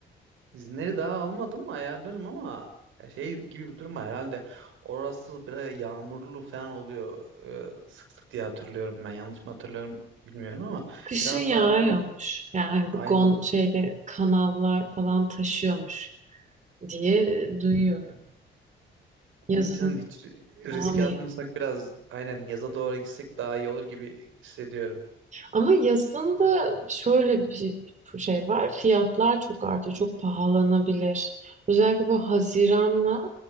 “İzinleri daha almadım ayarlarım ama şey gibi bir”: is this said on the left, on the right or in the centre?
Right